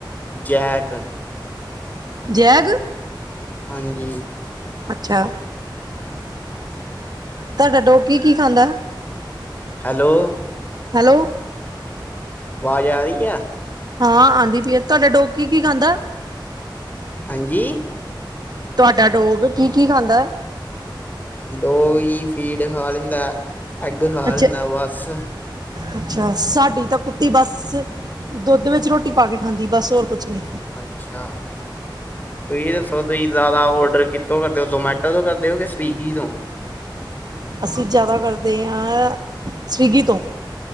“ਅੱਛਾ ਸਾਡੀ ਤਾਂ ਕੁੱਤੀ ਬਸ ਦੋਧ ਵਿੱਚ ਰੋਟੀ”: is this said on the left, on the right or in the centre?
Right